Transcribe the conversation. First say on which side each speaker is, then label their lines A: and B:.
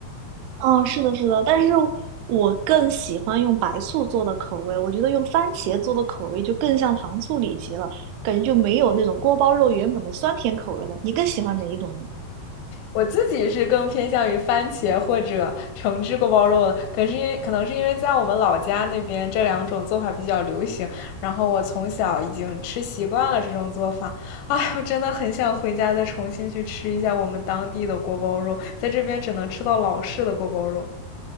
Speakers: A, on the right; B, on the left.
A: 嗯，是的，是的，但是我更喜欢用白醋做的口味，我觉得用番茄做的口味就更像糖醋里脊了，感觉就没有那种锅包肉原本的酸甜口味了。你更喜欢哪一种呢？
B: 我自己是更偏向于番茄或者橙汁锅包肉的，可是因为可能是因为在我们老家那边这两种做法比较流行，然后我从小已经吃习惯了这种做法。哎，我真的很想回家再重新去吃一下我们当地的锅包肉，在这边只能吃到老式的锅包肉。